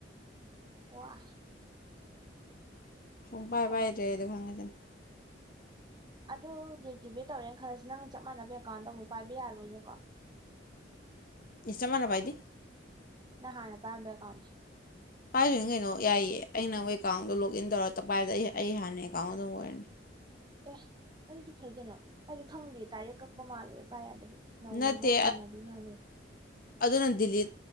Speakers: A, on the right (about 25°); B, on the left (about 50°).
A: ꯋꯥ
B: ꯁꯨꯡꯄꯥꯏ
A: ꯊꯕꯛ
B: ꯥꯏꯔꯦꯗ ꯈꯥꯉꯗꯅ
A: ꯑꯗꯨ ꯗ ꯑꯦꯛꯇꯤꯚꯦꯠ ꯇꯧꯔꯦꯅ ꯈꯜꯂꯁꯤ ꯅꯪꯅ ꯆꯞ ꯃꯥꯟꯅꯕ ꯑꯦꯀꯥꯎꯟꯗꯣ ꯑꯃꯨꯛ ꯄꯥꯏꯕ ꯌꯥꯔꯣꯏꯅꯦꯀꯣ <inaudible>
B: ꯅꯤꯡ ꯆꯃꯅꯕꯥꯏꯗꯤ
A: ꯅ ꯍꯥꯏꯥꯟꯅ ꯄꯝꯃꯦ ꯀꯣꯟꯗ
B: ꯄꯥꯏꯗꯣꯏꯅꯤ ꯀꯩꯅꯣ ꯌꯥꯏꯌꯦ ꯑ ꯅ ꯃꯣꯏ ꯑꯦꯀꯥꯎꯟꯗꯣ ꯂꯣꯛꯒ ꯏꯟ ꯇꯧꯔ ꯄꯥꯏꯗ ꯑꯩ ꯑꯩ ꯍꯥꯟꯅ ꯑꯦꯀꯥꯎꯟ ꯑꯗꯨꯝ ꯑꯣꯏꯔꯅꯤ
A: ꯑꯦ ꯑꯗꯨꯗꯤ ꯐꯩ ꯀꯩꯅꯣ ꯑꯩꯗꯤ ꯈꯪꯗꯦ ꯗꯥꯏꯔꯦꯛ ꯀꯛꯄ ꯃꯥꯜꯂꯨꯔꯦ ꯄꯄꯥ ꯌꯥꯗꯕꯤ ꯅꯧ
B: ꯅꯠꯇꯦ
A: ꯅꯃꯣ ꯍꯥꯡꯅꯕꯤ ꯃꯥꯂꯦ
B: ꯑꯗꯨꯅ ꯗꯤꯜꯂꯤ